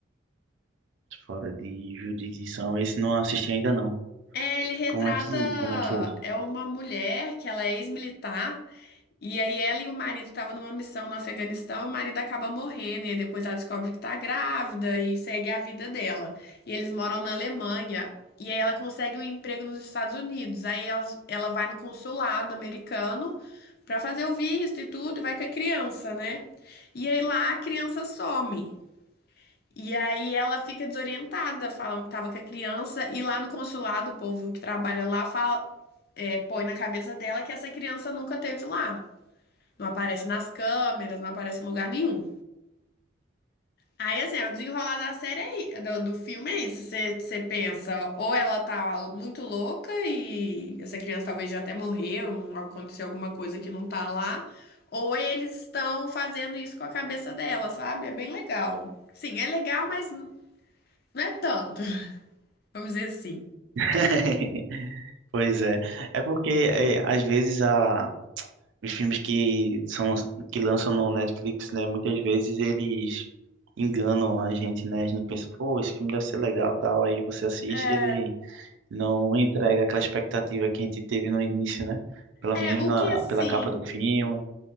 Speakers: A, on the right; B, on the left.
A: Fora de jurisdição. Esse não assisti ainda não.
B: É, ele retrata.
A: Como é que como é que é?
B: É uma mulher que ela é ex-militar. E aí ela e o marido estavam numa missão no Afeganistão, o marido acaba morrendo, e aí depois ela descobre que tá grávida e segue a vida dela. E eles moram na Alemanha, e aí ela consegue um emprego nos Estados Unidos. Aí ela, ela vai no consulado americano pra fazer o visto e tudo, e vai com a criança, né? E aí lá a criança some. E aí ela fica desorientada, falando que tava com a criança, e lá no consulado, o povo que trabalha lá fala, é, põe na cabeça dela que essa criança nunca teve lá. Não aparece nas câmeras, não aparece em lugar nenhum. Aí, assim, é o desenrolar da série aí, do, do filme é isso. Você você pensa, ou ela tá muito louca e essa criança talvez já até morreu, não- aconteceu alguma coisa que não tá lá, ou eles estão fazendo isso com a cabeça dela, sabe? É bem legal. Sim, é legal, mas não é tanto, <laughs> vamos dizer assim.
A: <laughs> Pois é. É porque é, às vezes a, os filmes que são que lançam no Netflix, né, muitas vezes eles enganam a gente, né? A gente pensa, pô, esse filme deve ser legal, tal, aí você assiste,
B: É,
A: ele não entrega aquela expectativa que a gente teve no início, né? Pelo
B: é
A: menos
B: o
A: na
B: que assim.
A: pela capa do filme.